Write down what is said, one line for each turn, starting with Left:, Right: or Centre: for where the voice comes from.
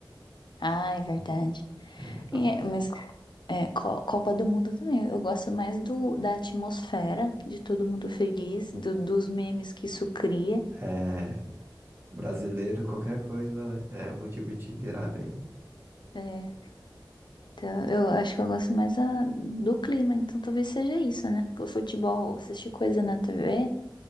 Left: Ah, é verdade.
Right: É, falando.
Left: É, mas é, Co- Copa do Mundo também. Eu gosto mais do, da atmosfera, de todo mundo feliz, do- dos memes que isso cria.
Right: É, brasileiro, qualquer coisa é motivo de virar meme.
Left: É, então, eu acho que eu gosto mais da- do clima, então talvez seja isso, né? Porque o futebol, você assistir coisa na TV,